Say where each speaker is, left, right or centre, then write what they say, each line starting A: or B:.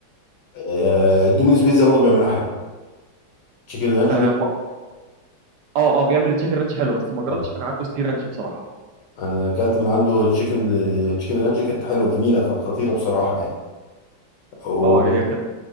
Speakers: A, on the left; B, on the right.
A: آه دومينيز بيتزا برضو بيعملها حلو تشيكن رانش
B: اه
A: بي...
B: ما- اه آه، بيعمل تشيكن رانش حلو بس ما جربتش
A: آه.
B: من عنده ستير رانش بصراحه
A: انا اكلت من عنده تشيكن تشيكن رانش كانت حلوه جميله خ- خطيره بصراحه يعني
B: اه هي كانت